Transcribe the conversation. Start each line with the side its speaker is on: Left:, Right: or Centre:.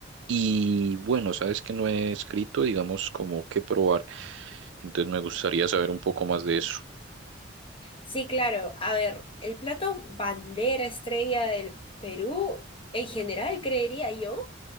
Right: Y bueno, sabes que no he escrito, digamos, como que probar, entonces me gustaría saber un poco más de eso.
Left: Sí, claro. A ver, el plato bandera estrella del Perú, en general, creería yo,